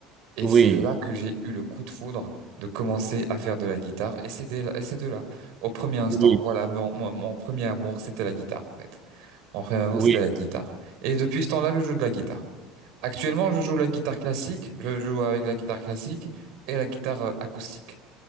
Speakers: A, on the right; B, on the right.
A: Et
B: oui,
A: c'est là que j'ai eu le coup de foudre de commencer à faire de la guitare. Et c'est dès là, et c'est de là. Au premier instant,
B: oui,
A: voilà, mon, mon, mon premier amour, c'était la guitare, en fait. Mon premier amour,
B: oui,
A: c'était la guitare. Et depuis ce temps-là, je joue de la guitare. Actuellement, je joue la guitare classique, je joue avec la guitare classique et la guitare euh, acoustique.